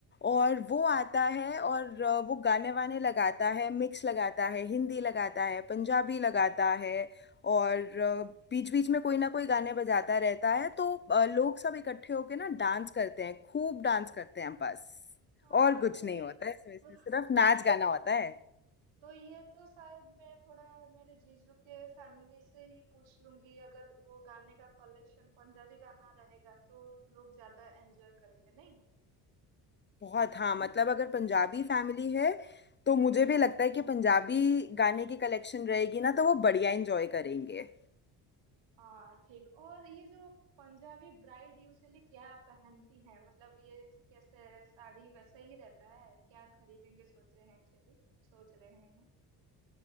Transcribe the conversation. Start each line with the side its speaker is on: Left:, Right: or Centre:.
Left: और वो आता है और वो गाने वाने लगाता है मिक्स लगाता है हिंदी लगाता है पंजाबी लगाता है और बीच बीच में कोई ना कोई गाने बजाता रहता है तो अ, लोग सब इकट्ठे होके ना डांस करते हैं खूब डांस करते हैं बस
Right: हाँ
Left: और कुछ
Right: तो
Left: नहीं
Right: ये
Left: होता है इसमें इसमें
Right: तो
Left: सिर्फ नाच
Right: ये
Left: गाना होता है
Right: तो ये तो शायद मैं थोड़ा मेरे जीजू के फैमिली से ही पूछ लूंगी अगर वो गाने का कलेक्शन पंजाबी गाना रहेगा तो लोग ज्यादा एंजॉय करेंगे नहीं
Left: बहुत हाँ मतलब अगर पंजाबी फैमिली है तो मुझे भी लगता है कि पंजाबी गाने की कलेक्शन रहेगी ना तो वो बढ़िया एंजॉय करेंगे
Right: हाँ ठीक और ये जो पंजाबी ब्राइड यूजली क्या पहनती है मतलब ये कैसे साड़ी वैसा ही रहता है क्या खरीदेंगे सोचे हैं एक्चुअली सोच रहे हैं